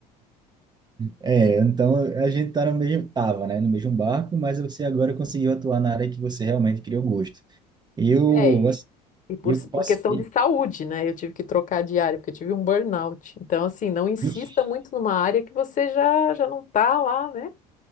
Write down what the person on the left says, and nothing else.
É,
e e por,
por questão de saúde, né? Eu tive que trocar de área, porque eu tive um burnout. Então, assim, não insista
muito numa área que você já, já não tá lá, né?